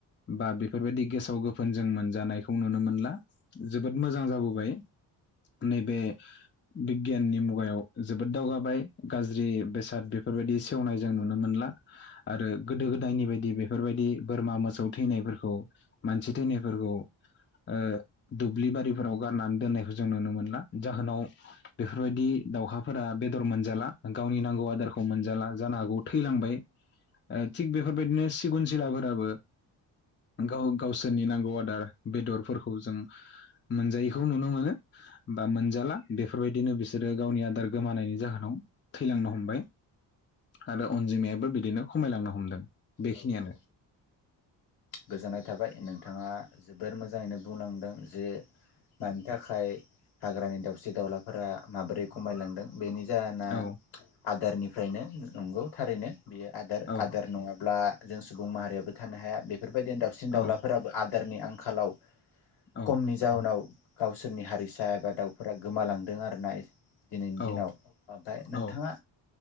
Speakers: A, on the left; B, on the left.
A: बा बेफोरबायदि गेसाव गोफोन जों मोनजानायखौ नुनो मोनला जोबोद मोजां जाबोबाय। नै बे बिगियाननि मुगायाव जोबोद दावगाबाय गाज्रि बेसाद बेफोरबायदि सेवनाय जों नुनो मोनला। आरो गोदो गोदायनि बायदि बेफोरबायदि बोरमा मोसौ थैनायफोरखौ मानसि थैनायफोरखौ ओ दुब्लि बारिफोराव गारनानै दोननायखौ जों नुनो मोनला। जाहोनाव बेफोर बायदि दाउखाफोरा बेदर मोनजाला गावनि नांगौ आदारखौ मोनजाला जानो हागौ थैलांबाय। ओ थिग बेफोरबायदिनो सिगुन जिलाफोराबो गाव गावसोरनि नांगौ आदार बेदरफोरखौ जों मोनजायैखौ नुनो मोनो बा मोनजाला बेफोरबायदिनो बिसोरो गावनि आदार गोमानायनि जाहोनाव थैलांनो हमबाय। आरो अनजिमायाबो बिदिनो खमायलांनो हमदों। बेखिनियानो
B: औ औ गोजोननाय थाबाय नों थाङा जोबोर मोजाङैनो बुंलांदों जे मानि थाखाय हाग्रानि दाउ सिन दाउलाफोरा माबोरै खमायलांदों। बेनि जाहोना
A: औ
B: आदारनिफ्रायनो नंगौ थारैनो। बेयो आदार
A: औ
B: आदार नङा ब्ला जों सुबुं माहारियाबो थानो हाया बे फोरबायदिनो दाउसिन दावलाफोराबो
A: औ
B: आ दारनि आंखालाव
A: औ
B: कमनि जाउनाव गावसोरनि हारिसा एबा दाउफोरा गोमालांदों आरो ना दिनैनि दिनाव
A: औ
B: ओमफाय नोंथाङा
A: औ